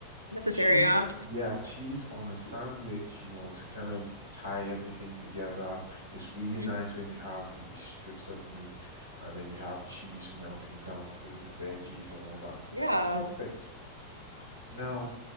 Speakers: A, on the right (about 85°); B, on the left (about 85°).
A: Necessary,
B: Cheese,
A: yeah.
B: yeah, cheese on a sandwich, you know, to kind of tie everything together. It's really
A: Mm.
B: nice when you have the strips of meat and then you have cheese melting down through the veggies and all that.
A: Yeah.
B: Perfect. Now,